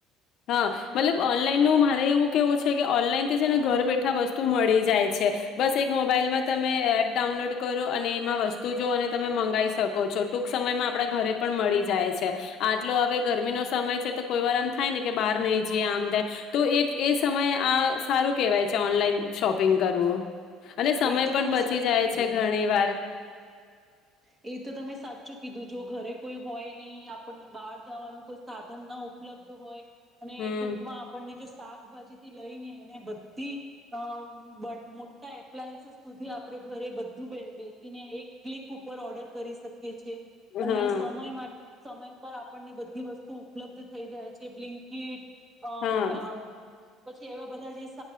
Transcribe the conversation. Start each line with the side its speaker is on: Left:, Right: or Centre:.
Left: હા મતલબ ઓનલાઈનનું મારે એવું કેવું છે કે ઓનલાઈન છે ને ઘર બેઠા વસ્તુ મળી જાય છે બસ એક મોબાઈલમાં તમે એપ ડાઉનલોડ કરો અને એમાં વસ્તુ જો અને તમે મંગાવી શકો છો ટૂંક સમયમાં આપડા ઘરે પણ મળી જાય છે આટલો હવે ગરમીનો સમય છે તો કોઈ વાર આમ. થાય ને કે બહાર નહી જઈએ આમ થાય તો એ એ સમય આ સારું કેહેવાય છે ઓનલાઈન શોપિંગ કરવું. અને સમય
Right: એ તો તમે
Left: પણ બચી
Right: સાચું
Left: જાય
Right: કીધું
Left: છે ઘણી વાર.
Right: એ તો તમે સાચું કીધું જો ઘરે કોઈ હોય નહી આપણને બહાર જવાનું કોઈ સાધન ના. ઉપલબ્ધ
Left: હમ
Right: શાકભાજી થી લઈને એને બધી અ મોટા એપ્લાયન્સીસ સુધી આપણે ઘરે બધું બેસીને એક. કુકર ઓર્ડર કરી શકીએ છ છેએ અને
Left: હા
Right: સમય માટે. સમય પર આપણને બધી વસ્તુ ઉપલબ્ધ. થઈ જાય છે બ્લીનંકીટ અ
Left: હા
Right: અ. પછી એવા બધા જે